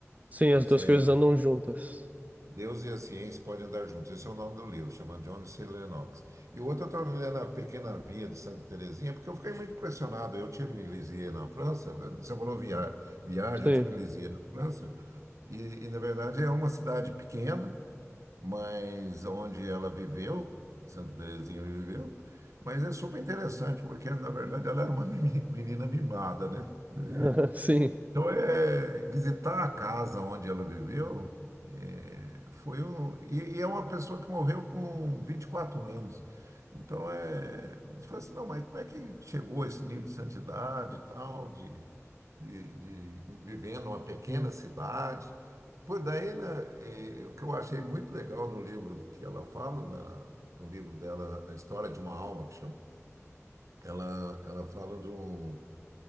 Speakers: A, on the right; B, on the right.
A: Sim,
B: Esse
A: as duas
B: é
A: coisas andam juntas.
B: Deus e a Ciência Podem Andar Juntos. Esse é o nome do livro, chama John C. Lennox. E o outro eu estava lendo A Pequena Via de Santa Terezinha, porque eu fiquei muito impressionado. Eu tive em Lisieux, na França, você falou via, viagem,
A: Sim.
B: eu tive em Lisieux, na França, e, e na verdade é uma cidade pequena, mas onde ela viveu, Santa Terezinha viveu, mas é super interessante, porque na verdade ela era uma <laughs> meni- menina mimada, né? Daí
A: <laughs> Sim.
B: então, é, é, visitar a casa onde ela viveu é, foi um. E, e é uma pessoa que morreu com 24 anos. Então, é, você fala assim: não, mas como é que chegou a esse nível de santidade e tal, de, de, de vivendo uma pequena
A: Hum.
B: cidade? Pois daí, né, é, o que eu achei muito legal no livro que ela fala, na- no livro dela, A História de uma Alma, que chama, ela, ela fala de um